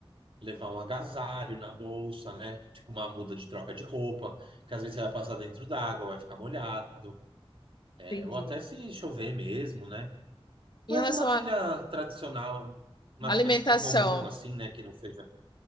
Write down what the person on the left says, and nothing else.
Entendi.
Em
relação
à
alimentação,